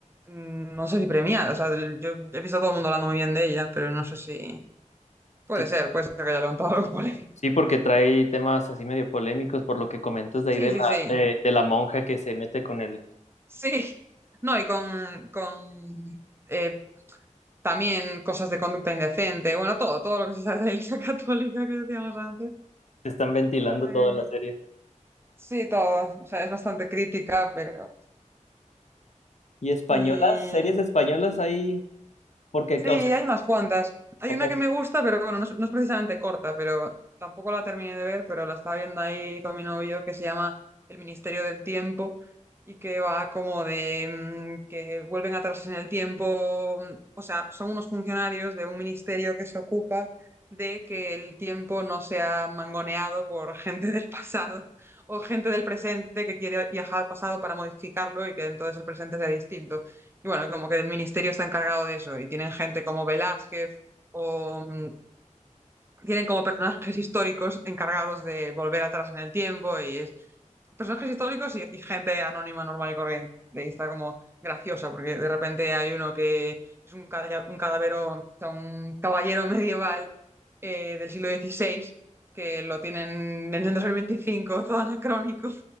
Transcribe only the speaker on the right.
mm, no sé si premiada, o sea, el- yo he visto a todo el mundo hablando muy bien de ella, pero no sé si puede
ser, puede ser que haya levantado <laughs> algo polémico.
Sí,
sí,
sí,
sí. No, y con, con eh, también cosas de conducta indecente, bueno, todo, todo lo que se sabe de la Iglesia <laughs> Católica que decíamos antes.
con lo de-
Sí, todo, o sea, es bastante crítica, pero
sí.
Sí,
hay unas cuantas. Hay
una que me gusta, pero bueno, no es, no es precisamente corta, pero tampoco la terminé de ver, pero la estaba viendo ahí con mi novio, que se llama El Ministerio del Tiempo, y que va como de mm, que vuelven atrás en el tiempo, mm, o sea, son unos funcionarios de un ministerio que se ocupa de que el tiempo no sea mangoneado por <laughs> gente del pasado o gente del presente que quiere viajar al pasado para modificarlo y que entonces el presente sea distinto. Y bueno, como que el ministerio está encargado de eso y tienen gente como Velázquez o mm, tienen como personajes históricos encargados de volver atrás en el tiempo y es personajes históricos y, y gente anónima, normal y corriente. Y está como graciosa porque de repente hay uno que es un, cada- un cadavero, o sea, un caballero <laughs> medieval eh, del siglo XVI que lo tienen en el 2025, todo anacrónico